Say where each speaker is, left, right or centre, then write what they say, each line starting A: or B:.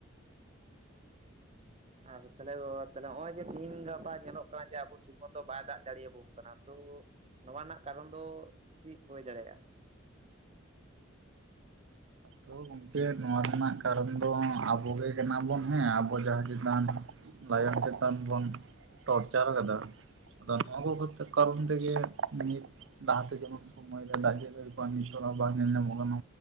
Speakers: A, on the right; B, on the right.
A: ᱟᱫᱚ ᱛᱟᱦᱚᱞᱮ ᱱᱚᱜᱼᱚᱭ ᱡᱮ ᱛᱮᱦᱤᱧ ᱜᱟᱯᱟ ᱧᱮᱞᱚᱜ ᱠᱟᱱᱟ ᱡᱮ ᱟᱵᱚ ᱴᱷᱤᱠ ᱢᱚᱛᱚ ᱵᱟᱭ ᱫᱟᱜ ᱫᱟᱲᱮᱭᱟᱵᱚᱱ ᱠᱟᱱᱟ ᱛᱚ ᱱᱚᱣᱟ ᱨᱮᱱᱟᱜ ᱠᱟᱨᱚᱱ ᱫᱚ ᱪᱮᱫ ᱦᱩᱭ ᱫᱟᱲᱮᱭᱟᱜᱼᱟ?
B: ᱛᱚ ᱜᱚᱝᱠᱮ ᱱᱚᱣᱟ ᱨᱮᱱᱟᱜ ᱠᱟᱨᱚᱱ ᱫᱚ ᱟᱵᱚᱜ ᱜᱮ ᱠᱟᱱᱟ ᱵᱚᱱ ᱦᱮᱸ ᱟᱵᱚ ᱡᱟᱦᱟᱸ ᱪᱮᱛᱟᱱ ᱞᱟᱭᱚᱝ ᱪᱮᱛᱟᱱ ᱵᱚᱱ ᱴᱚᱨᱪᱟᱨ ᱟᱠᱟᱫᱟ ᱱᱚᱣᱟ ᱠᱚ
A: ᱦᱮᱸ
B: ᱦᱚᱛᱮ ᱠᱟᱨᱚᱱ ᱛᱮᱜᱮ ᱱᱤᱛ ᱞᱟᱦᱟᱛᱮ ᱡᱮᱢᱚᱱ ᱥᱚᱢᱚᱭ ᱨᱮ ᱫᱟᱜ ᱡᱟᱹᱲᱤ ᱠᱚᱜᱼᱟ ᱱᱤᱛᱚᱜ ᱢᱟ ᱵᱟᱝ ᱧᱮᱞ ᱧᱟᱢᱚᱜ ᱠᱟᱱᱟ